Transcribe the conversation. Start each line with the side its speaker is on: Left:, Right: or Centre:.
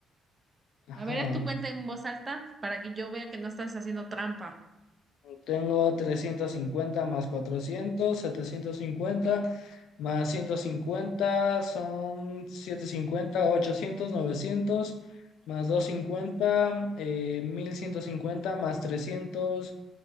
Left: Ajá.
Right: A ver, haz tu cuenta en voz alta para que yo vea que no estás haciendo trampa.
Left: Tengo 350 más cuatrocientos setecientos cincuenta más 150 son 750 800 900 más 250, eh, 1150 más trescientos